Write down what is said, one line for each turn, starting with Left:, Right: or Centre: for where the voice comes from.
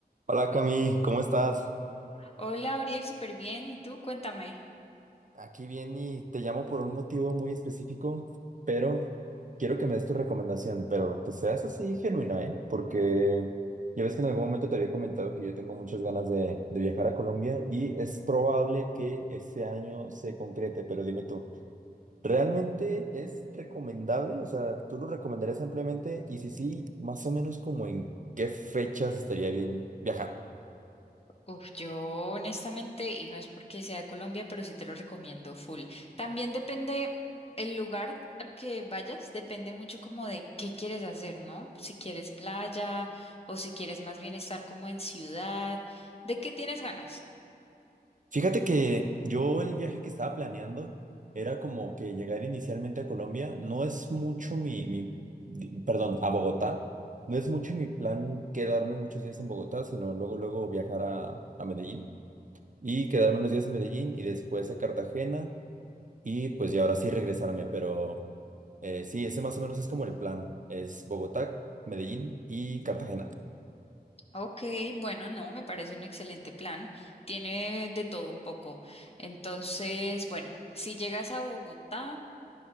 Right: Hola Cami, ¿cómo estás?
Left: Hola, Ariel, súper bien. ¿Y tú? Cuéntame.
Right: Aquí bien y te llamo por un motivo muy específico, pero quiero que me des tu recomendación, pero que seas así genuina, ¿eh? Porque ya ves que en algún momento te había comentado que yo tengo muchas ganas de, de viajar a Colombia y es probable que este año se concrete, pero dime tú, ¿realmente es recomendable? O sea, ¿tú lo recomendarías ampliamente? Y si sí, más o menos como en qué fechas estaría bien viajar.
Left: Uf, yo honestamente, y no es porque sea de Colombia, pero sí te lo recomiendo full. También depende el lugar al que vayas, depende mucho como de qué quieres hacer, ¿no? Si quieres playa o si quieres más bien estar como en ciudad, ¿de qué tienes ganas?
Right: Fíjate que yo el viaje que estaba planeando era como que llegar inicialmente a Colombia. No es mucho mi, mi, di- perdón, a Bogotá. No es mucho mi plan quedarme muchos días en Bogotá, sino luego, luego viajar a, a Medellín y quedarme unos días en Medellín y después a Cartagena y pues ya ahora sí regresarme. Pero eh, sí, ese más o menos es como el plan. Es Bogotá, Medellín y Cartagena.
Left: Ok, bueno, no, me parece un excelente plan. Tiene de todo un poco. Entonces, bueno, si llegas a Bogotá.